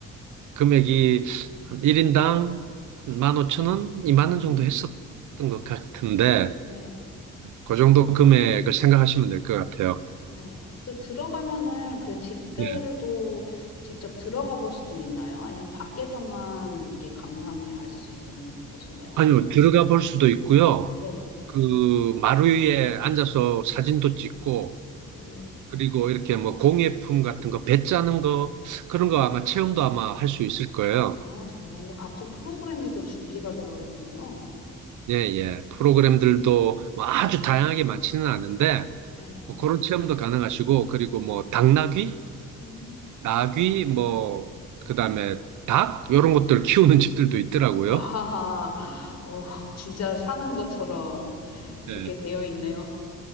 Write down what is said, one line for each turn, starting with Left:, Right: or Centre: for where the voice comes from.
Right: 금액이 한 1인당 한 15,000원, 이만
Left: 음,
Right: 오천 원 이만 원 정도 했었던 것 같은데
Left: 네.
Right: 그 정도 금액을 생각하시면 될 것 같아요.
Left: 네. 그 들어가면은 그 집들도
Right: 예.
Left: 직접 들어가 볼 수도 있나요? 아니면 밖에서만 이렇게 감상해 할 수 있는 곳인가요?
Right: 아니요, 들어가 볼 수도 있고요.
Left: 네.
Right: 그 마루 위에 앉아서 사진도 찍고
Left: 오.
Right: 그리고 이렇게 뭐 공예품 같은 거, 배 짜는 거, 그런 거 아마 체험도 아마 할 수 있을 거예요.
Left: 아 정말요? 각종 프로그램이 또 준비가 되어 있군요.
Right: 예, 예. 프로그램들도 뭐 아주 다양하게 많지는 않은데,
Left: 네.
Right: 뭐 그런 체험도 가능하시고, 그리고 뭐 당나귀,
Left: 음.
Right: 나귀, 뭐, 그 다음에 닭, 이런 것들 키우는 집들도 있더라고요.
Left: <laughs> 와. 어 진짜 사는 것처럼 그렇게
Right: 예.
Left: 되어 있네요.